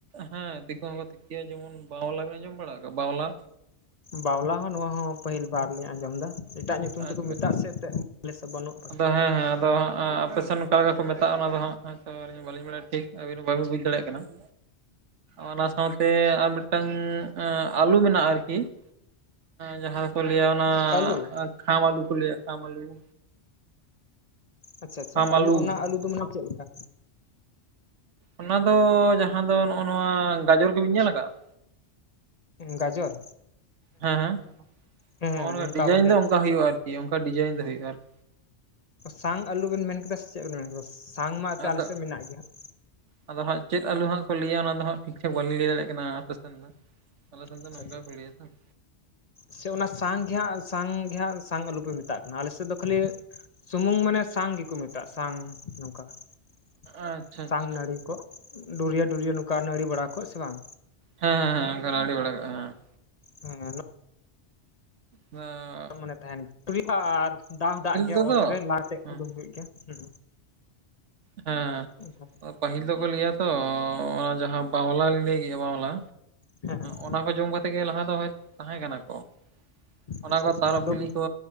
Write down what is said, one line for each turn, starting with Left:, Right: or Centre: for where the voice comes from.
Right: ᱦᱮᱸ ᱛᱤᱠᱤ ᱦᱚᱸᱠᱚ ᱛᱮᱠᱮᱭᱟ, ᱡᱮᱢᱚᱱ ᱵᱟᱣᱞᱟ ᱵᱮᱱ ᱟᱸᱡᱚᱢ ᱵᱟᱲᱟ ᱠᱟᱜᱼᱟ ᱵᱟᱣᱞᱟ?
Left: ᱵᱟᱣᱞᱟ ᱦᱚᱸ ᱱᱚᱣᱟ ᱦᱚᱸ ᱯᱟᱹᱦᱤᱞ ᱵᱟᱨ ᱞᱤᱧ ᱟᱸᱡᱚᱢ ᱫᱟ ᱾ ᱮᱴᱟᱜ ᱧᱩᱛᱩᱢ ᱛᱮᱠᱚ
Right: ᱟᱪᱪᱷᱟ
Left: ᱢᱮᱛᱟᱜ ᱥᱮ ᱮᱛᱮ, ᱟᱞᱮ ᱥᱮᱫ ᱫᱚ ᱵᱟᱹᱱᱩᱜ ᱾
Right: ᱟᱫᱚ ᱦᱮᱸ ᱦᱮᱸ ᱟᱫᱚ ᱦᱟᱜ ᱮᱸ ᱟᱯᱮᱥᱮᱱ ᱠᱟ ᱞᱮᱠᱟ ᱠᱚ ᱢᱮᱛᱟᱜᱼᱟ ᱚᱱᱟ ᱫᱚ ᱦᱟᱜ ᱟᱹᱞᱤᱧ ᱦᱚᱸ ᱵᱟᱹᱞᱤᱧ ᱵᱟᱲᱟᱭᱟ ᱴᱷᱤᱠ ᱟᱵᱤᱱ ᱵᱟᱹᱵᱤᱱ ᱵᱩᱡᱽ ᱫᱟᱲᱮᱭᱟᱜ ᱠᱟᱱᱟ ᱾ ᱚᱱᱟ ᱥᱟᱶᱛᱮ ᱟᱨ ᱢᱤᱫᱴᱟᱝ ᱟᱞᱩ ᱢᱮᱱᱟᱜᱼᱟ ᱟᱨᱠᱤ ᱾ ᱡᱟᱦᱟᱸ ᱠᱚ ᱞᱟᱹᱭᱟ ᱚᱱᱟ
Left: ᱟᱹᱞᱩ
Right: ᱠᱷᱟᱢ ᱟᱞᱩ ᱠᱚ ᱞᱟᱹᱭᱟ ᱠᱷᱟᱢ ᱟᱞᱩ ᱾
Left: ᱟᱪᱪᱷᱟ ᱟᱪᱪᱷᱟ
Right: ᱠᱷᱟᱢ
Left: ᱟᱞᱩ
Right: ᱟᱹᱞᱩ
Left: ᱚᱱᱟ ᱟᱞᱩ ᱫᱚ ᱢᱟᱱᱮ ᱪᱮᱫ ᱞᱮᱠᱟ?
Right: ᱚᱱᱟ ᱫᱚ ᱡᱟᱦᱟᱸ ᱫᱚ ᱱᱚᱜᱼᱚ ᱱᱚᱣᱟ ᱜᱟᱡᱚᱨ ᱠᱚ ᱵᱤᱱ ᱧᱮᱞ ᱟᱠᱟᱜ -ᱟ?
Left: ᱜᱟᱡᱚᱨ
Right: ᱦᱮᱸ ᱦᱮᱸ
Left: ᱦᱮᱸ
Right: ᱦᱚᱸᱜᱼᱚ ᱱᱚᱝᱠᱟ ᱰᱤᱡᱟᱭᱤᱱ
Left: ᱵᱚᱞᱮ
Right: ᱫᱚ ᱚᱱᱠᱟ ᱦᱩᱭᱩᱜᱼᱟ ᱟᱨ ᱠᱤ ᱚᱱᱠᱟ ᱰᱤᱡᱟᱭᱤᱱ ᱫᱚ ᱦᱩᱭᱩᱜ ᱟᱨ ᱾
Left: ᱥᱟᱝ ᱟᱞᱩ ᱵᱮᱱ ᱢᱮᱱ ᱠᱮᱫᱟ ᱥᱮ ᱪᱮᱫ ᱵᱮᱱ ᱢᱮᱱ ᱠᱮᱫᱟ? ᱥᱟᱝ ᱢᱟ ᱮᱛᱮ
Right: ᱟᱫᱚ
Left: ᱟᱞᱮ ᱥᱮᱫ ᱢᱮᱱᱟᱜ ᱜᱮᱭᱟ ᱦᱟᱜ ᱾
Right: ᱟᱫᱚ ᱦᱟᱸᱜ ᱪᱮᱫ ᱟᱞᱩ ᱦᱟᱸᱜ ᱠᱚ ᱞᱟᱹᱭᱟ ᱚᱱᱟ ᱫᱚ ᱦᱟᱸᱜ ᱴᱷᱤᱠ ᱴᱷᱟᱠ ᱵᱟᱞᱤᱧ ᱞᱟᱹᱭ ᱫᱟᱲᱮᱜ ᱠᱟᱱᱟ ᱟᱯᱮ ᱥᱮᱱ ᱫᱚ ᱾ ᱟᱞᱮ ᱥᱮᱱ ᱫᱚ
Left: ᱟᱪᱪᱷᱟ
Right: ᱱᱚᱝᱠᱟ
Left: ᱟᱪᱪᱷᱟ
Right: ᱠᱚ ᱞᱟᱹᱭᱟ ᱛᱚ ᱾
Left: ᱥᱮ ᱚᱱᱟ ᱥᱟᱝ ᱜᱮ ᱦᱟᱸᱜ ᱥᱟᱝ ᱜᱮ ᱦᱟᱸᱜ ᱥᱟᱝ ᱟᱞᱩ ᱯᱮ ᱢᱮᱛᱟᱜ ᱠᱟᱱᱟ, ᱟᱞᱮ ᱥᱮᱫ ᱫᱚ ᱠᱷᱟᱹᱞᱤ ᱥᱩᱢᱩᱝ ᱢᱟᱱᱮ ᱥᱟᱝ ᱜᱮᱠᱚ ᱢᱮᱛᱟᱜᱼᱟ ᱥᱟᱝ ᱱᱚᱝᱠᱟ ᱾
Right: ᱟᱪᱪᱷᱟ
Left: ᱥᱟᱝ
Right: ᱟᱪᱪᱷᱟ
Left: ᱱᱟᱹᱲᱤ ᱠᱚᱜ ᱰᱩᱨᱭᱟᱹ ᱰᱩᱨᱭᱟᱹ ᱱᱚᱝᱠᱟ ᱱᱟᱹᱲᱤ ᱵᱟᱲᱟ ᱠᱚᱜ ᱥᱮ ᱵᱟᱝ?
Right: ᱦᱮᱸ ᱦᱮᱸ ᱦᱮᱸ ᱚᱱᱠᱟ ᱱᱟᱹᱲᱤ ᱵᱟᱲᱟ ᱠᱚᱜ-ᱟ ᱦᱮᱸ ᱾
Left: ᱦᱮᱸ ᱦᱮᱞᱳ,
Right: ᱚᱱᱟ
Left: ᱢᱟᱱᱮ ᱛᱟᱦᱮᱱ ᱜᱮᱭᱟ ᱟᱨ, ᱫᱟᱣ ᱦᱚᱸ ᱫᱟᱜ ᱜᱮᱭᱟ
Right: ᱛᱮᱫᱚ
Left: ᱚᱛ ᱨᱮ, ᱞᱟᱠᱟᱛᱮ
Right: ᱦᱮᱸ
Left: ᱠᱚ ᱫᱚᱦᱚ ᱮᱫ ᱜᱮᱭᱟ ᱦᱮᱸ᱾
Right: ᱦᱮᱸ,
Left: ᱚᱱᱠᱟ
Right: ᱯᱟᱹᱦᱤᱞ ᱫᱚᱠᱚ ᱞᱟᱹᱭᱟ ᱛᱚ, ᱚᱱᱟ ᱡᱟᱦᱟᱸ ᱵᱟᱣᱞᱟ ᱞᱤᱧ ᱞᱟᱹᱭ ᱠᱮᱜᱼᱟ, ᱵᱟᱣᱞᱟ
Left: ᱦᱮᱸ ᱦᱮᱸ
Right: ᱚᱱᱟ ᱠᱚ ᱡᱚᱢ ᱠᱟᱛᱮᱫ ᱜᱮ, ᱞᱟᱦᱟ ᱫᱚᱭ ᱦᱚᱭᱛᱚ ᱛᱟᱦᱮᱸ ᱠᱟᱱᱟ ᱠᱚ? ᱚᱱᱟ
Left: ᱟᱪᱪᱷᱟ
Right: ᱠᱚ
Left: ᱟᱪᱪᱷᱟ
Right: ᱛᱟᱨᱚᱵ
Left: ᱟᱫᱚ
Right: ᱵᱤᱞᱤ ᱠᱚ,